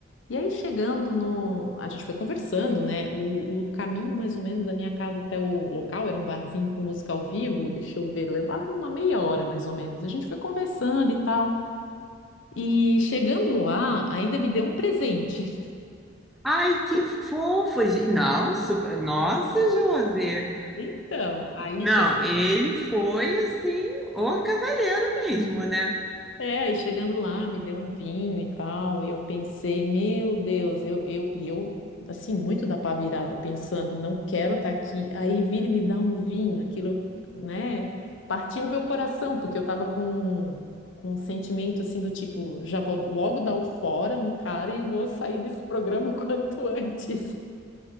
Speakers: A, on the left; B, in the centre.
A: E aí, chegando no. A gente foi conversando, né? O, o caminho, mais ou menos, da minha casa até o local era um barzinho com música ao vivo. Deixa eu ver, levava uma meia hora, mais ou menos. A gente foi conversando e tal. E chegando lá, ainda me deu um presente. <laughs>
B: Ai, que fofo! gen- Não, super. Nossa, José!
A: Então, aí
B: Não,
A: chegou
B: ele foi assim, o cavalheiro mesmo, né?
A: É, aí chegando lá, me deu um vinho e tal, e eu pensei, meu Deus, eu, eu, e eu, assim, muito da pá virada, pensando, não quero estar aqui, aí vir e me dar um vinho, aquilo, né, partiu o meu coração, porque eu tava com, com um sentimento, assim, do tipo, já vou logo dar o fora no cara e vou sair desse programa o <laughs> quanto antes.